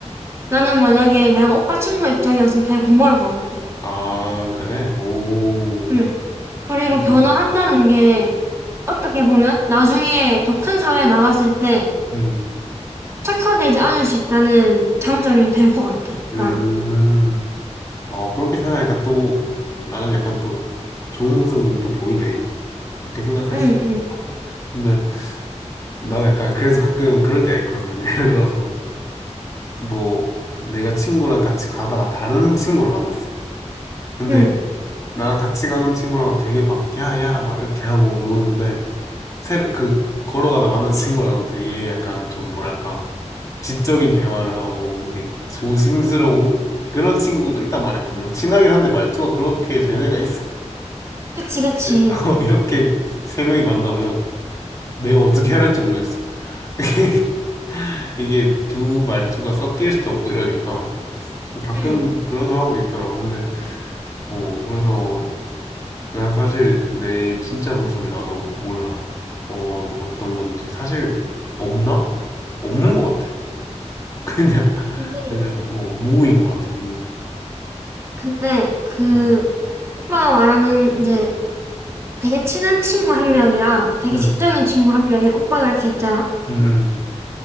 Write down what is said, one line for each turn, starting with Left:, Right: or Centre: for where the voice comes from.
Right: 나는 만약에 내가 오빠 친구 입장이었으면 되게 고마울 것 같아.
Left: 아, 그래? 오,
Right: 음. 그리고
Left: 그렇게.
Right: 변화한다는 게 어떻게 보면 나중에 더 큰 사회에 나갔을 때
Left: 음,
Right: 착처되지 않을 수 있다는 장점이 될 것 같아,
Left: 음.
Right: 난.
Left: 어, 그렇게 생각하니까 또 나는 약간 또 좋은 모습은 또 보이네. 좋게 생각할
Right: 응,
Left: 수 있다.
Right: 응,
Left: 근데 나는 약간 그래서 <laughs> 가끔 그럴 때가 있거든. <laughs> 예를 들어서 뭐 내가 친구랑 같이 가다가 다른 친구를 만났어. 근데
Right: 응.
Left: 나랑 같이 가는 친구랑 되게 막 야야 막 이렇게 하고 노는데 새로 그 걸어가다 만난 <laughs> 친구랑 되게 약간 좀 뭐랄까 지적인 대화를 하고 이게 조심스러운 그런 친구도 있단 말이야 분명. 친하긴 한데 말투가 그렇게 되는 애가 있어.
Right: 그치, 그치.
Left: 네, <laughs> 이렇게 세 명이 만나면 내가 어떻게 해야 할지 모르겠어. <laughs> 이게 두 말투가 섞일 수도 없고 이러니까 가끔
Right: 응.
Left: 그런 상황도 있더라고. 근데 어 그래서 난 사실 내 진짜 모습을 나도 몰라. 어 어떤 건지 사실 없나? 없는 것 같아. <laughs> 그냥
Right: 근데,
Left: 그냥 어 무인 것 같아. 무.
Right: 근데 그
Left: 음.
Right: 오빠가 말하는 이제 되게 친한 친구 한 명이랑 되게
Left: 음.
Right: 직적인 친구 한 명이 오빠가 이렇게 있잖아?
Left: 음. 음.